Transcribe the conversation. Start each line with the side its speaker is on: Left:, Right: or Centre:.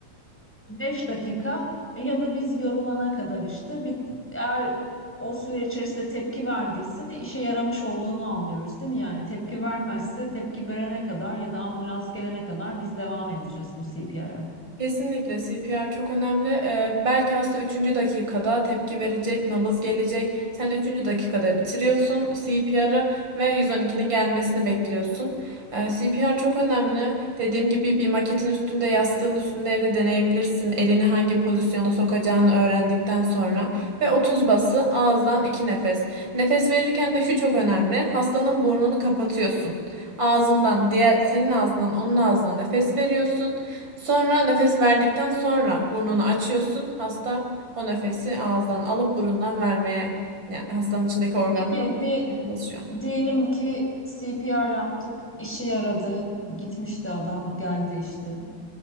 Centre: 5 dakika e, ya da biz yorulana kadar işte bir, eğer o süre içerisinde tepki verdiyse işe yaramış olduğunu anlıyoruz değil mi? Yani tepki vermezse tepki verene kadar ya da ambulans gelene kadar biz devam edeceğiz bu CPR'a.
Right: Kesinlikle CPR çok önemli. Ee, belki hasta üçüncü dakikada tepki verecek, nabız gelecek. Sen üçüncü dakikada bitiriyorsun CPR'ı ve 112'nin gelmesini bekliyorsun. Ee, CPR çok önemli. Dediğim gibi bir maketin üstünde, yastığın üstünde evde deneyebilirsin. Elini hangi pozisyona sokacağını öğrendikten sonra. Ve 30 bası ağızdan 2 nefes. Nefes verirken de şu çok önemli. Hastanın burnunu kapatıyorsun. Ağzından, diğer senin ağzından, onun ağzına nefes veriyorsun. Sonra nefes verdikten sonra burnunu açıyorsun. Hasta o nefesi ağızdan alıp burundan vermeye, yani hastanın içindeki organlar
Centre: Peki
Right: böyle
Centre: di-
Right: çalışıyor.
Centre: diyelim ki CPR yaptık, işe yaradı, gitmişti adam, geldi işte.